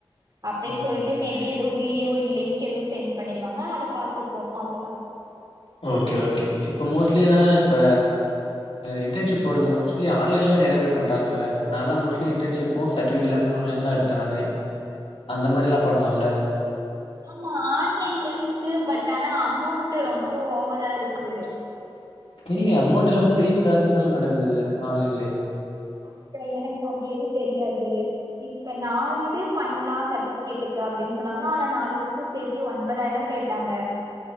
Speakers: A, on the right; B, on the left.
A: அப்டின்னு
B: ம்
A: சொல்ட்டு மே பி எதுவு வீடியோ லிங்க் எதுவு சென்ட் பண்ணிருவாங்க அத பாத்துப்போ அவ்ளோதா
B: ஓகே ஓகே இப்போ மோஸ்ட்லினா இப்ப இன்ர்ன்ஷிப் போற மோஸ்ட்லி ஆன்லைன்ல நறைய பேர் பண்றாங்கல்ல நாலா மோஸ்ட்லி இன்டர்ன்ஷிப்போ சர்டிகேட் எல்லாமே ஆன்லைன்ல எடுத்தே நானு அந்த மாரிலா பண்ணலால
A: ஆமா ஆன்லைன்ல இருக்கு பட் ஆனா அமௌண்ட்டு ரொம்போ ஓவரா இருக்கு
B: இல்லயே அமௌண்ட்டுலா ஃப்ரீ கிளாசஸ் எல்லா நடக்குது இல்ல ஆன்லைன்லயே
A: அப்டியா எனக்கு அப்டி எதுவு தெரியாது இப்ப நாலு இது பண்லா சர்ட்டிஃபிகேட்டுக் அப்டின்னு சொன்னாங்க ஆனா நாலுதுக்கு சேத்தியே ஒன்பதாயிரோ கேட்டாங்க